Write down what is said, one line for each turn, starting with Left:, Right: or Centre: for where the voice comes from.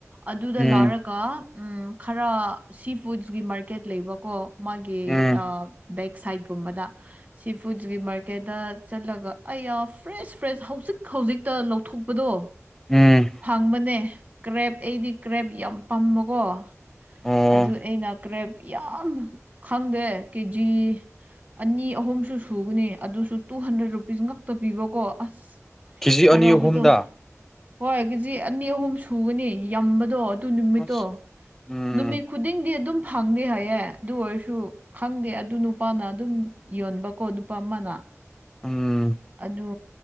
Right: ꯑꯗꯨꯗ
Centre: ꯎꯝ
Right: ꯂꯥꯎꯔꯒ ꯎꯝ ꯈꯔ ꯁꯤ ꯐꯨꯗꯁꯀꯤ ꯃꯥꯔꯀꯦꯠ ꯂꯩꯕꯀꯣ ꯃꯥꯒꯤ
Centre: ꯎꯝ
Right: ꯕꯦꯛ ꯁꯥꯏꯠꯀꯨꯝꯕꯗ ꯁꯤ ꯐꯨꯗꯁꯀꯤ ꯃꯥꯔꯀꯦꯠꯇ ꯆꯠꯂꯒ ꯑꯩ ꯌꯥꯝ ꯐ꯭ꯔꯦꯁ ꯐ꯭ꯔꯦꯁ ꯍꯧꯖꯤꯛ ꯍꯧꯖꯤꯛꯇ ꯊꯣꯛꯄꯗꯣ
Centre: ꯎꯝ
Right: ꯐꯪꯕꯅꯦ ꯀ꯭ꯔꯦꯞ ꯑꯩꯗꯤ ꯀ꯭ꯔꯦꯞ ꯌꯥꯝ ꯄꯥꯝꯕꯀꯣ
Centre: ꯑꯣ
Right: ꯑꯗꯨ ꯑꯩꯅ ꯀ꯭ꯔꯦꯞ ꯌꯥꯝ ꯈꯪꯗꯦ ꯀꯦꯖꯤ ꯑꯅꯤ ꯑꯍꯨꯝꯁꯨ ꯁꯨꯒꯅꯤ ꯑꯗꯨꯁꯨ ꯇꯨ ꯍꯟꯗ꯭ꯔꯦꯗ ꯔꯨꯄꯤꯁ ꯉꯥꯛꯛꯇ ꯄꯤꯕꯀꯣ ꯑꯁ
Centre: ꯀꯦ ꯖꯤ
Right: ꯍꯔꯥꯎꯕꯗꯣ
Centre: ꯑꯅꯤ ꯑꯍꯨꯝꯗ
Right: ꯍꯣꯏ ꯀꯦꯖꯤ ꯑꯅꯤ ꯑꯍꯨꯝ ꯁꯨꯒꯅꯤ ꯌꯥꯝꯕꯗꯣ ꯑꯗꯨ ꯅꯨꯃꯤꯠꯇꯣ
Centre: ꯑꯁ ꯎꯝ
Right: ꯅꯨꯃꯤꯠ ꯈꯨꯗꯤꯡꯗꯤ ꯑꯗꯨꯝ ꯐꯪꯗꯦ ꯍꯥꯏꯌꯦ ꯑꯗꯨ ꯑꯣꯏꯔꯁꯨ ꯈꯪꯗꯦ ꯑꯗꯨ ꯅꯨꯄꯥꯅ ꯑꯗꯨꯝ ꯌꯣꯟꯕꯀꯣ ꯅꯨꯄꯥ ꯑꯃꯅ
Centre: ꯎꯝ
Right: ꯑꯗꯨ